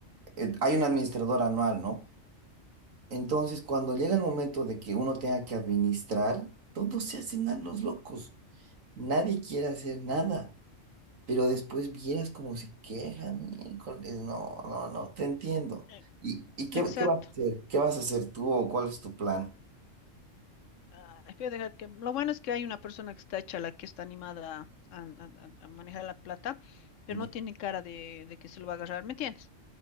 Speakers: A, on the right; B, on the left.
A: eh, hay un administrador anual, ¿no? Entonces, cuando llega el momento de que uno tenga que administrar, todos se hacen a los locos. Nadie quiere hacer nada. Pero después vieras cómo se quejan, miércoles, no, no, no, te entiendo.
B: Eh,
A: ¿Y, y qué,
B: Exacto.
A: qué vas a hacer? ¿Qué vas a hacer tú o cuál es tu plan?
B: Ah, voy dejar que, lo bueno es que hay una persona que está hecha la que está animada a, a- a- a manejar la plata, pero
A: Ya,
B: no tiene cara de, de que se lo va a agarrar, ¿me entiendes?